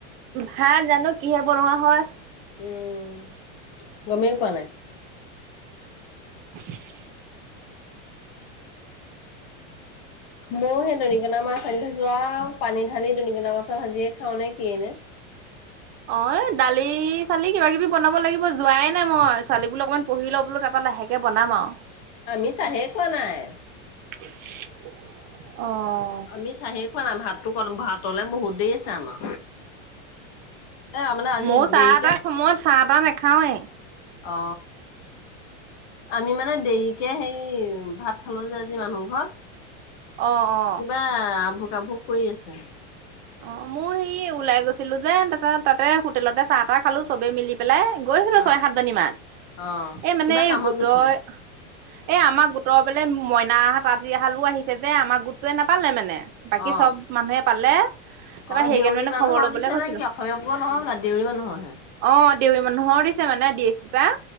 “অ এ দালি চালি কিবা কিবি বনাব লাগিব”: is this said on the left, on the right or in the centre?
Right